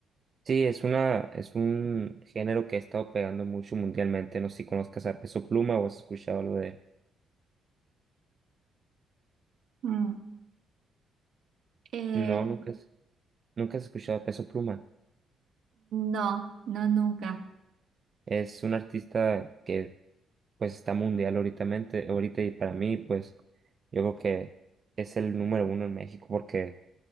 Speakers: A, on the right; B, on the right.
A: Sí, es una, es un género que ha estado pegando mucho mundialmente, no sé si conozcas a Peso Pluma o has escuchado algo de él.
B: Mm. Eh,
A: No, nunca. Nunca has escuchado a Peso Pluma.
B: no, no nunca.
A: Es un artista que pues está mundial ahoritamente- ahorita y para mí pues yo creo que es el número uno en México porque